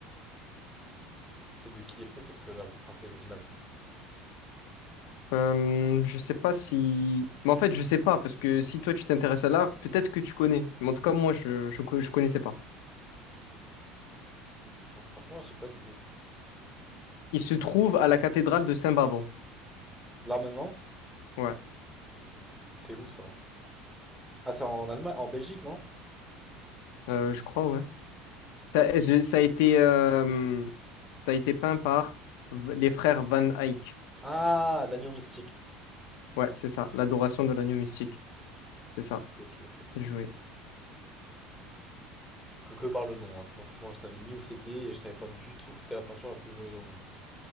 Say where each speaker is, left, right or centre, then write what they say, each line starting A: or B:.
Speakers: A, in the centre; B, on the left.
A: C'est de qui? Est-ce que c'est faisable? Enfin, c'est devinable.
B: Euh, je sais pas si... Mais en fait, je sais pas, parce que si toi tu t'intéresses à l'art, peut-être que tu connais. Mais en tout cas, moi, je, je, co- je connaissais pas.
A: Ah, franchement, là, j'ai pas d'idée.
B: Il se trouve à la cathédrale de Saint-Bavon.
A: Là, maintenant,
B: Ouais,
A: c'est où ça? Ah, c'est en Allemagne, en Belgique, non?
B: Euh, je crois, ouais. Ça, je- ça a été, euh, ça a été peint par v- les frères Van Eyck.
A: Ah, l'agneau mystique.
B: Ouais, c'est ça, l'adoration
A: Ok,
B: de l'agneau mystique. C'est ça,
A: ok, ok. ok.
B: joué.
A: Que, que par le nom, hein. Sinon, franchement, je savais ni où c'était et je savais pas du tout que c'était la peinture la plus volée au monde.